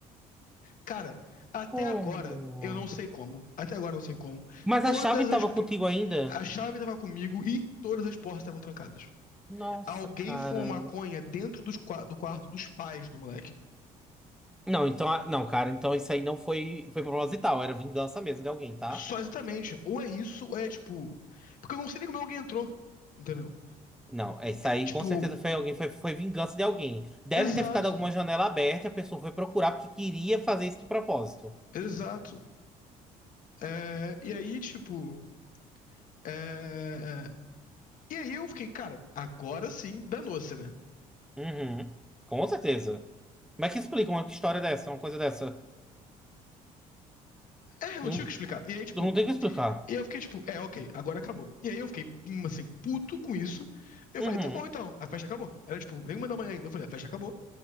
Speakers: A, on the left; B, in the centre.
A: Cara, até
B: Como?
A: agora eu não sei como. Até agora eu não sei como.
B: Mas
A: Todas
B: a chave
A: as
B: tava
A: po-
B: contigo ainda?
A: a chave tava comigo e todas as portas estavam trancadas.
B: Nossa,
A: Alguém
B: cara.
A: fumou maconha dentro dos qua- do quarto dos pais do moleque.
B: Não, então, a- não, cara, então isso aí não foi, foi proposital, era vingança mesmo de alguém, tá?
A: Só exatamente. Ou é isso, ou é tipo. Porque eu não sei nem como alguém entrou. Entendeu?
B: Não, é isso aí
A: Tipo,
B: com certeza foi alguém, foi, foi vingança de alguém. Deve
A: exato,
B: ter ficado alguma janela aberta e a pessoa foi procurar porque queria fazer isso de propósito.
A: exato. É, e aí, tipo. é, é. E aí eu fiquei, cara, agora sim, danou-se, né?
B: Uhum, com certeza. Como é que explica uma história dessa, uma coisa dessa?
A: É, não
B: Não,
A: tive o que explicar. E aí, tipo,
B: não tem o que explicar.
A: e eu fiquei, tipo, é, ok, agora acabou. E aí eu fiquei, hum, assim, puto com isso. Eu
B: Uhum.
A: falei, tá bom então, a festa acabou. Era, tipo, nenhuma da manhã ainda. Eu falei, a festa acabou.